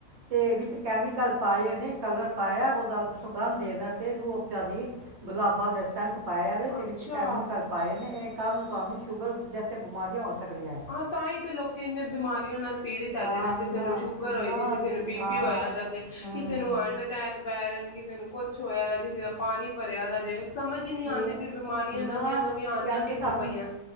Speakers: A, on the right; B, on the left.
A: ਤੇ ਵਿੱਚ ਕੈਮੀਕਲ ਪਾਏ ਹੋਏ ਨੇ, ਕਲਰ ਪਾਇਆ ਉਹਦਾ ਸੁਗੰਧ ਦੇਣ ਵਾਸਤੇ ਰੂਹਫ਼ਜ਼ਾ ਦੀ, ਗੁਲਾਬਾਂ ਦੇ ਸੈਂਟ ਪਾਇਆ ਵੇ ਤੇ
B: ਅੱਛਾ
A: ਵਿੱਚ ਕੈਮੀਕਲ ਪਾਏ ਨੇ, ਇਹ ਕੱ ਭਾਵੇਂ ਸ਼ੂਗਰ ਜੈਸੀ ਬਿਮਾਰੀਆਂ ਸਕਦੀਆਂ ਹੈ।
B: ਹਾਂ ਤਾਂ ਹੀ ਤੇ ਲੋਕੀ ਇੰਨੇ ਬਿਮਾਰੀਆਂ ਪੀੜਿਤ ਹੈਗੇ
A: ਹਾਂ
B: ਨੇ। ਕਿਸੇ
A: ਨਾ
B: ਨੂੰ ਸ਼ੂਗਰ ਹੋਏ
A: ਨਾ
B: ਜ ਕਿਸੇ ਨੂੰ ਬੀ
A: ਹਾਂ
B: ਪੀ ਹੋਇਆ ਜਾਂ
A: ਹੂੰ
B: ਕਿਸੇ ਨੂੰ ਹਾਰਟ ਅਟੈਕ ਪੈ ਰੈਣ ਕਿਸੇ ਨੂੰ ਕੁਛ ਹੋਇਆ ਦੇ ਕਿਸੇ ਦਾ ਪਾਣੀ ਭਰਿਆ ਦਾ ਜੇ। ਸਮਝ ਹੀ ਨੀ
A: ਕਿ
B: ਆਂਦੀ ਪੀ ਬਿਮਾਰੀਆਂ
A: ਨਾ
B: ਨਵੀਆਂ-ਨਵੀਆਂ ਆਉਂਦੀਆਂ
A: ਕਹਿੰਦੇ
B: ਕਿੱਥੋਂ
A: ਸਾਨੂੰ
B: ਪਈਆਂ।